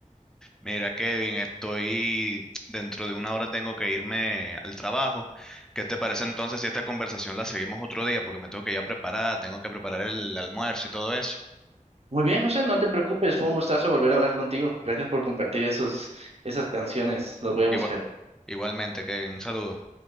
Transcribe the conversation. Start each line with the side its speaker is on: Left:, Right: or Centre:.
Centre: Mira, Kevin, estoy dentro de una hora tengo que irme al trabajo. ¿Qué te parece
Right: Ya.
Centre: entonces si esta conversación la seguimos otro día? Porque me tengo que ya preparar, tengo que preparar el almuerzo y todo eso.
Right: Muy bien, José, no te preocupes, fue un gustazo volver a hablar contigo. Gracias por compartir esos, esas canciones, las voy a buscar.
Centre: Igua- igualmente, Kevin, un saludo.